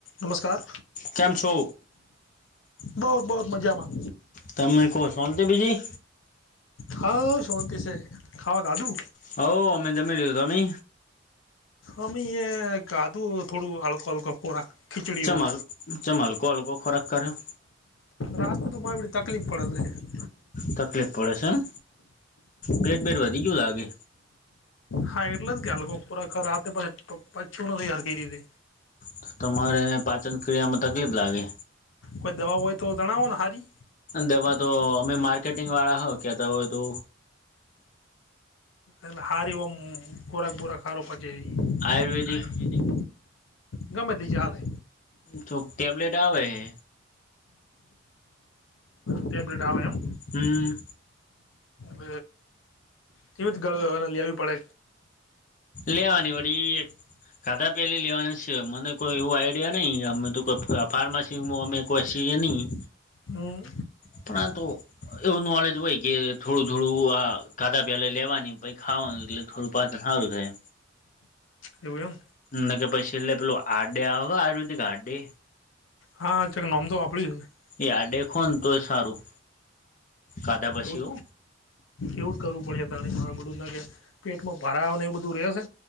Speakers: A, on the left; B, on the left.
A: નમસ્કાર
B: કેમ છો
A: બવ બવ મજામાં
B: તમે કો સોનતી બીજી
A: હઓ શોંતિ છે ખાવા ખાધું
B: હઓ અમે જમી લીધું તમે?
A: અમી એ ખાધુ થોડું હલકો હલકો ખોરાક ખીચડી એવું
B: ચમલ ચમલ કો હલ હલકો હલકો ખોરાક કર્યો
A: રાત તોમાંરે બેડી તકલીફ પડે સે
B: તકલીફ પડે છે એમ પેટ બેેટ વધી ગ્યું લાગે.
A: હા ઇટલે જ કે હલકો ખોરાક પચ પચતું નથી હારખરી રિતે
B: તો તમારે પાચન ક્રિયામાં તકલીફ લાગે
A: કોઈ દવા હોય તો જણાવો ને હારી
B: દવા તો અમે માર્કેટિંગ વાળા હો કેતા હોય તો
A: એ હારી ઓમ ખોરાક બોરક હારો પચે
B: આયુર્વેદિક
A: એવી ગમે તે ચાલે
B: ચો ક ટેબલેટ આવે હે
A: ટેબલેટ આવે એમ
B: હમ્મ
A: હ કેવી ગ લેવી પડે
B: લેવાની વડી ખાધા પેલી લેવાની છે મને કોઈ એવું આ નહી અમે તો ફાર્માસી અમે કોએ સીએ નહીં
A: હું
B: પણ તો એવું નોલેજ હોય કે થોડું થોડું આ કાધા પેલા લેવાની પછ ખાવાનું એટલે થોડું પાંચન હારુ થાય
A: એવું એમ
B: ના કે પછી એટલે પેલું આારડે આવે હતો આયુર્વેદિક આારડે
A: હા ચક નામ તો હોભરડિયું હે
B: યા દેખો તો એ સારું ખાધા પછી
A: એવું
B: હો
A: એવું જ કરવું પડે કારણ કે મારેં બધું ના કે પેટમાં ભરા આવ ને એ બધું તું રિયો સે